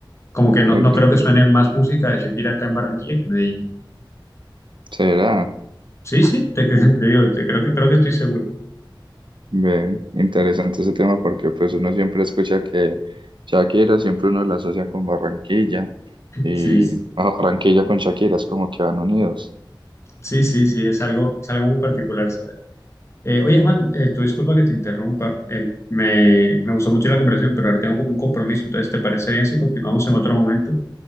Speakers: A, on the left (about 35°); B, on the right (about 70°).
A: Como que no,
B: ok,
A: no creo que suene más música de Shakira acá en Barranquilla que en Medellín.
B: será.
A: Sí, sí, te, cre- <laughs> te digo, te, creo que, creo que estoy seguro.
B: Ve, interesante ese tema porque pues uno siempre escucha que Shakira, siempre uno la asocia con Barranquilla y
A: Sí, sí.
B: ah, Barranquilla con Shakira es como que van unidos.
A: Sí, sí, sí, es algo, es algo muy particular, ¿sabes? Eh, oye, Juan, eh, tú disculpa que te interrumpa. Eh, me, me gustó mucho la conversación, pero ahora tengo como un compromiso. Entonces, ¿te parece bien si continuamos en otro momento?